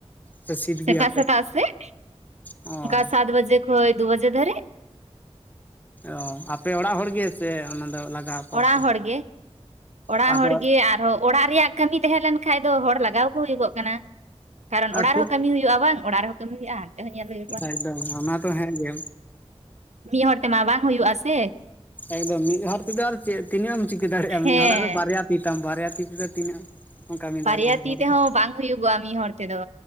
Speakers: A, on the left; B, on the right.
A: ᱥᱮ ᱥᱤᱫ ᱜᱮᱭᱟᱯᱮ
B: ᱥᱮᱛᱟᱜ ᱥᱮᱛᱟᱜ ᱥᱮᱫ
A: ᱚ
B: ᱚᱱᱠᱟ ᱥᱟᱛ ᱵᱟᱡᱮ ᱠᱷᱚᱡ ᱫᱳ ᱵᱟᱡᱮ ᱫᱷᱟᱨᱤᱡ᱾
A: ᱚᱻ ᱟᱯᱮ ᱚᱲᱟᱜ ᱦᱚᱲ ᱜᱮ ᱥᱮ ᱚᱱᱟ ᱫᱚ ᱞᱟᱜᱟᱣ? ᱠᱚᱣᱟᱯᱮ?
B: ᱚᱲᱟᱜ ᱦᱚᱲ ᱜᱮ, ᱚᱲᱟᱜ
A: ᱟᱫᱚ
B: ᱦᱚᱲ ᱜᱮ ᱟᱨᱦᱚᱸ ᱚᱲᱟᱜ ᱨᱮᱭᱟᱜ ᱠᱟᱹᱢᱤ ᱛᱟᱦᱮᱸ ᱞᱮᱱ ᱠᱷᱟᱡ ᱫᱚ ᱦᱚᱲ ᱞᱟᱜᱟᱣ ᱠᱚ ᱦᱩᱭ ᱠᱚᱜ ᱠᱟᱱᱟ᱾ ᱠᱟᱨᱚᱱ ᱚᱲᱟᱜ
A: ᱴᱷᱤᱠ
B: ᱨᱮᱦᱚᱸ ᱠᱟᱹᱢᱤ ᱦᱩᱭᱩᱜᱼᱟ ᱵᱟᱝ, ᱚᱲᱟᱜ ᱨᱮᱦᱚᱸ ᱠᱟᱹᱢᱤ ᱦᱩᱭᱩᱜᱼᱟ ᱦᱟᱱᱛᱮ ᱦᱚᱸ ᱧᱮᱞ ᱦᱩᱭᱩᱜᱚᱜᱼᱟ᱾
A: ᱮᱠᱫᱚᱢ ᱚᱱᱟ ᱫᱚ ᱦᱮᱸ ᱜᱮᱢ,
B: ᱢᱤᱫ ᱦᱚᱲ ᱛᱮᱢᱟ ᱵᱟᱝ ᱦᱩᱭᱩᱼᱟ ᱥᱮ,
A: ᱮᱠᱫᱚᱢ ᱢᱤᱫ ᱦᱚᱲ ᱛᱮᱫᱚ ᱟᱨ ᱪᱮ ᱛᱤᱱᱟᱹᱜ ᱮᱢ ᱪᱤᱠᱟᱹ ᱫᱟᱲᱮᱭᱟᱜᱼᱟ ᱢᱤᱫ
B: ᱦᱮᱸ
A: ᱦᱚᱲᱟᱜ ᱫᱚ ᱵᱟᱨᱭᱟ ᱛᱤ ᱛᱟᱢ ᱵᱟᱨᱭᱟ ᱛᱤ ᱛᱮᱫᱚ ᱛᱤᱱᱟᱹᱜ, ᱮᱢ ᱠᱟᱹᱢᱤ
B: ᱵᱟᱨᱭᱟ
A: ᱫᱟᱲᱮᱭᱟᱜᱼᱟ
B: ᱛᱤ
A: ᱦᱚᱲ
B: ᱛᱮᱦᱚᱸ
A: ᱫᱚ᱾
B: ᱵᱟᱝ ᱦᱩᱭᱩᱜᱚᱜᱼᱟ ᱢᱤᱫ ᱦᱚᱲ ᱛᱮᱫᱚ᱾